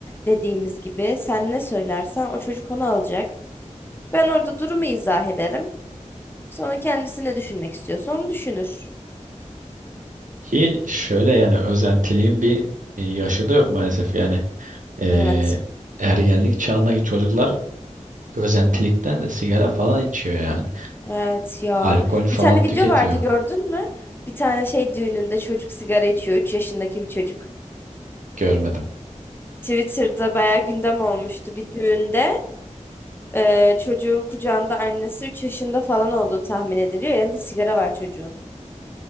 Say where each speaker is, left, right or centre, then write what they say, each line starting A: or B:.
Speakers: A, on the left (about 15°); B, on the right (about 90°).
A: dediğimiz gibi sen ne söylersen o çocuk onu alacak. Ben orada durumu izah ederim. Sonra kendisi ne düşünmek istiyorsa onu düşünür.
B: Ki şöyle yani özentiliğin bir e, yaşı da yok maalesef. Yani e,
A: Evet.
B: ergenlik çağındaki çocuklar özentilikten sigara falan içiyor yani.
A: Evet ya.
B: Alkol falan
A: Bir tane
B: tüketiyor.
A: video vardı gördün mü? Bir tane şey düğününde çocuk sigara içiyor. 3 yaşındaki bir çocuk.
B: Görmedim.
A: Twitter'da bayağı gündem olmuştu bir düğünde. e, çocuğun kucağında annesi 3 yaşında falan olduğu tahmin ediliyor. Elinde sigara var çocuğun.